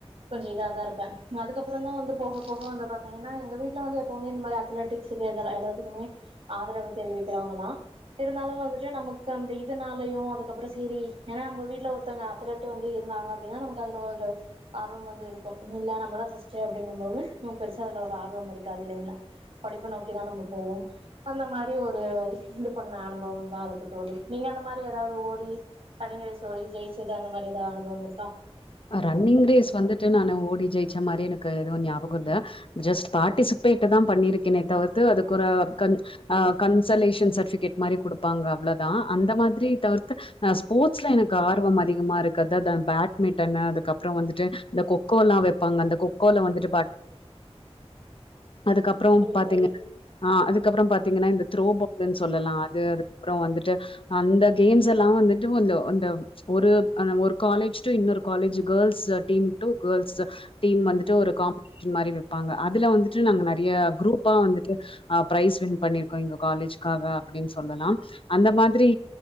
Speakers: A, on the right; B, on the left.
A: கொஞ்சோ இத தாருப்பே அதுக்கப்றோ தா வந்து போக போக வந்து பாத்தீங்கனா எங்க வீட்ல வந்து எப்போமே இந்த மாரி அத்லட்டிக்ஸ் <unintelligible> எல்லாத்துக்குமே ஆதரவு தெரிவிக்கிறவங்களா இருந்தாலும் வந்துட்டு நமக்கு அந்த இதுனாலையு அது க்கப்றோ சேரி ஏனா நம்ப வீட்ல ஒருத்தோங்க அத்லட்டு வந்து இருந்தாங்க அப்டினா நமக்கு அதுல ஒரு ஆர்வம் வந்து இருக்கும் இல்ல நம்மதா ஃபர்ஸ்ட்டு அப்டிங்கம் போது நம் பெருசா அதுல ஒரு ஆர்வம் இருக்காது இல்லைங்ளா படிப்ப நோக்கி தா நம்ம போவோம் அந்த மாரி ஒரு இது பண்ண அனுபவம் தா இருக்கு தோழி நீங்க அந்த மாரி எதாவ்து ஓடி ரன்னிங் ரேஸ் ஓடி ஜெயிச்சது அந்த மாரி எதா அனுபவம் இருக்கா
B: ஆ ரன்னிங் ரேஸ் வந்துட்டு நானு ஓடி ஜெயிச்ச மாரி எனக்கு எது ஞாபகோல்ல ஜஸ்ட் பார்ட்டிசிபேட்ட தா பண்ணிருக்கேனே தவிர்த்து அதுக்கு ஒரு கன் அ கன்சலேஷன் சர்ட்டிஃபிகேட் மாரி குடுப்பாங்க அவ்ளோதா அந்த மாதிரி தவிர்த்து நா ஸ்போர்ட்ஸ்ல எனக்கு ஆர்வம் அதி அதிகமா இருக்கு அதா பேட்மிண்டனு அதுக்கப்றோ வந்துட்டு இந்த கொக்கோ எல்லாம் வைப்பாங்க அந்த கொக்கோல வந்துட்டு பா அதுக்கப்றோ
A: சொல்லுங்க
B: பாத்தீங்க
A: தோழி
B: ஆ அதுக்கப்புறோ பாத்தீங்கனா இந்த த்ரோபாலுனு சொல்லலாம் அது அதுக்கப்றோ வந்துட்டு அந்த கேம்ஸ் எல்லாம் வந்துட்டு அந்த அந்த ஒரு ஆனா ஒரு காலேஜ் டூ இன்னொரு college girls team to girls team வந்துட்டு ஒரு காம்படிஷன் மாரி வைப்பாங்க அதுல வந்துட்டு நாங்க நறையா குரூப்பா வந்துட்டு ஆ பிரைஸ் வின் பண்ணிருக்கோம் எங்க காலேஜ்காக அப்டினு சொல்லலாம் அந்த மாதிரி